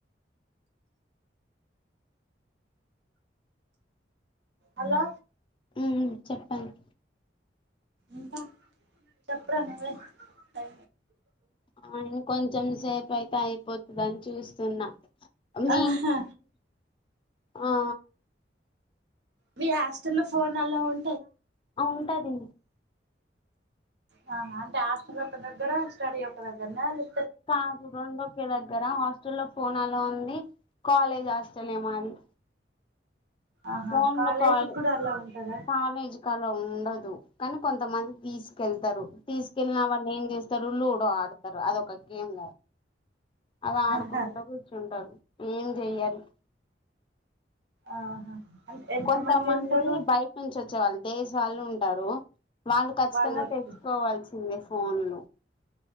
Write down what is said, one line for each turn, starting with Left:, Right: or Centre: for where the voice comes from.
Right: అలో
Left: ఉమ్ చెప్పండ్
Right: ఇంకా చెప్రా నువ్వే ఐ
Left: ఆ ఇం కొంచెం సేపు అయితే అయిపోతదని చూస్తున్నా మీన్
Right: ఆహా
Left: ఆ
Right: మీ హాస్టల్ లో ఫోన్ అలో ఉం
Left: ఉంటది
Right: ఆ అంటే హాస్టల్ ఒక్క దగ్గర స్టడీ ఒక దగ్గర్నా లే
Left: కాడు రెండు ఒకే దగ్గర హాస్టల్ లో ఫోన్ ఆలో ఉంది కాలేజ్ హాస్టల్ ఏ మాది
Right: ఆహా
Left: ఫోన్
Right: కాలేజీకి
Left: లో కాదు
Right: కూడా అలా ఉంటదా
Left: కాలేజ్ కలో ఉండదు కానీ కొంతమంది తీసుకెళ్తారు తీసుకెళ్లిిన వాళ్ళు ఏం చేస్తారు లూడో ఆడుతారు అదొక గేమ్ అది ఆడుకుంట
Right: ఆహా
Left: కూర్చుంటారు ఏం చెయ్యారు
Right: ఆహా అంటే ఎంత
Left: కొంతమంది
Right: మంది ఉంటారు
Left: బయట నుంచి వచ్ డే వాళ్ళు ఉంటారు వాళ్ళు ఖచ్చితంగా
Right: వాళ్ళకి
Left: తెచ్చుకోవాల్సిందే ఫోన్లు